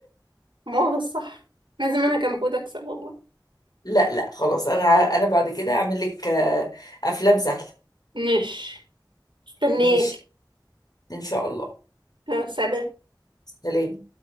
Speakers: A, on the right (about 80°); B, on the left (about 55°).
A: ما هو ده الصح لازم انا كان المفروض اكسب والله
B: لا لا خلاص انا انا بعد كده هعمل لك آه، افلام سهله
A: ماشي استنيك
B: ماشي ان شاء الله
A: يا سلام
B: سلام